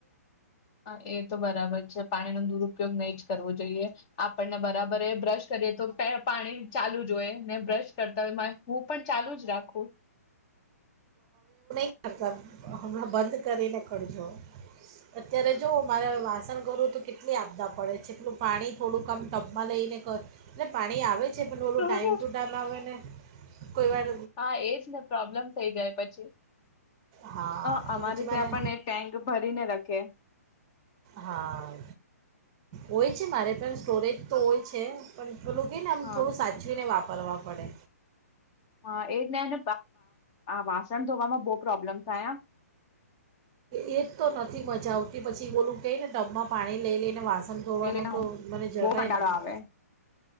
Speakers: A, on the left; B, on the right.
A: <inaudible> એ તો બરાબર છે. પાણીનો દુરપયોગ નહી જ કરવો જોઈએ. આપણને બરાબર બ્રશ કરીએ તો પણ પાણી ચાલુ જ હોય ને બ્રશ કરતા હોય હું પણ ચાલુ જ રાખું.
B: હ <unintelligible> હમણા બંધ કરીને કરજો. અત્યારે જોઓ મારે વાસણ કરવું તો કે કેટલી આપદા પડે છે? એટલું પાણી... થોડું કામ ટબમાં લઈને કર ટ પાણી આવે જ છે પણ ઓલું
A: તો
B: ટાાઈમ ટુ ટાઈમ આવે ને કોઈ વાર
A: હા એજ ને પ્રોબ્લેમ થઈ જાય પછી,
B: હા
A: અ અમારીીતેણ
B: તો પછી મારે
A: એ ટેન્ક ભરીને રાખે.
B: હા હોય છે મા સ્ટોરેજ તો હોય છે પણ પોલું કહી ને આમ
A: હા
B: થોડું સાચવીને વાપર. વા પડે.
A: હા એ જ્ઞાન વાસણ ધોવામાં બહ પ્રોબ્લેમ થયા.
B: એ જ તો નથી મજા પછી બોલું કે ને ટબ માં પાણી લઈ લે. એલે વાસણ ધોવાનું
A: લઈને હું
B: તો મને જરાય
A: બહુ કંટાળો
B: નથી.
A: આવે